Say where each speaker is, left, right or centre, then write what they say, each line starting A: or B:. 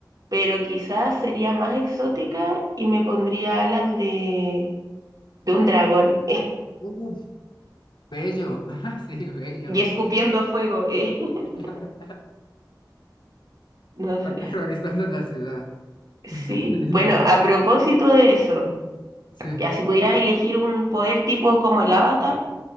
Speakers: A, on the right; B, on the left.
A: pero quizás sería más exótica y me pondría alas de, de un dragón
B: Uf, bello. <laughs> Sí, bello.
A: <laughs> y escupiendo fuego. eh. <laughs>
B: Claro.
A: No
B: Aterrorizando
A: sé.
B: la ciudad.
A: Sí.
B: <laughs> Lindo.
A: Bueno, a propósito de eso,
B: Sí.
A: ya si pudieras elegir un poder tipo como el Avatar,